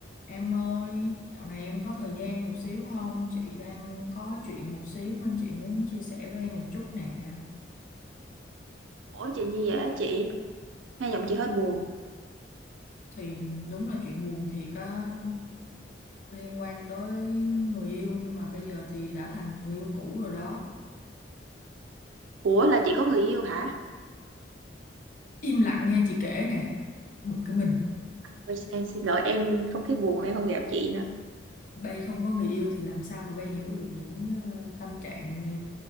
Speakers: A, on the left; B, on the right.
A: Em ơi, dạo này em có thời gian một xíu không? Chị đang có chuyện một xíu nên chị muốn chia sẻ với em một chút nè.
B: Ủa chuyện gì vậy á chị? Nghe giọng chị hơi buồn.
A: Thì đúng là chuyện buồn thiệt á, liên quan tới người yêu nhưng mà bây giờ thì đã thành người yêu cũ rồi đó.
B: Ủa là chị có người yêu hả?
A: Im lặng nghe chị kể nè, bực cái mình.
B: Ôi, Em xin lỗi em không khí buồn em không gặp chị nữa.
A: Bây không có người yêu thì làm sao mà bây hiểu được những ờ, tâm trạng ờ,